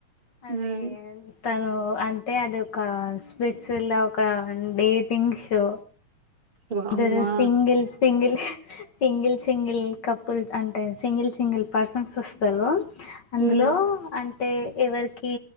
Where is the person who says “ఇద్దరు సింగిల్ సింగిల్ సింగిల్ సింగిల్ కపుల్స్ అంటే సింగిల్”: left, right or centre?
Left